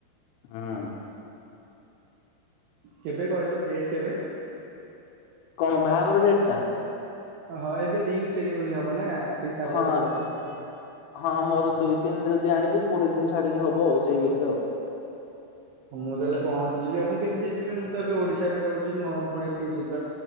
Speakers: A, on the left (about 80°); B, on the right (about 80°).
A: ହଁ
B: କେବେ କହିଲ ଡେଟ୍ କେବେ
A: କଣ ବାହାଘର ଡେଟ୍ ଟା
B: ହଁ ଏବେ ରିଙ୍ଗ ସେରିମନି ହବ ନା ସେଇ ତାରିଖ
A: ହଁରେ
B: ଟା ପଚାରୁଛି।
A: ହଁ ମୋର ଦୁଇ ତିନ ଯଦି ଆଣିବି କୋଡିଏ ଦିନ ଛାଡିକି ହବ ଆଉ ସେଇ ଭିତରେ ଆଉ
B: ମୁଁ ତାହେଲେ ପହଞ୍ଚିଯିବି ଆଉ ମୁଁ କିମିତି ଯିବି ମୁଁ ତ ଏବେ ଓଡିଶାରେ ରହୁଛି ମୁ ଆଉ ପୁଣି ଯିବି ।